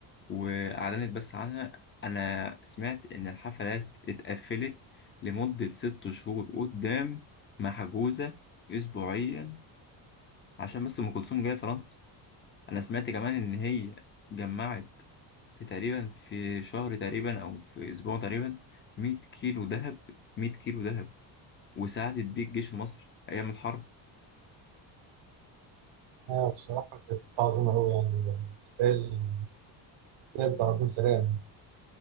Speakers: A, on the left (about 25°); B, on the right (about 80°).
A: وأعلنت بس عنها أنا سمعت إن الحفلات اتقفلت لمدة ست شهور قدام محجوزة أسبوعيا عشان بس أم كلثوم جاية فرنسا أنا سمعت كمان إن هي جمعت في تقريبا في شهر تقريبا او في اسبوع تقريبا 100 كيلو ذهب 100 كيلو ذهب وساعدت بيه الجيش المصري ايام الحرب
B: اه بصراحه كانت ست عظيمه قوي يعني تستاهل تستاهل تعظيم سلام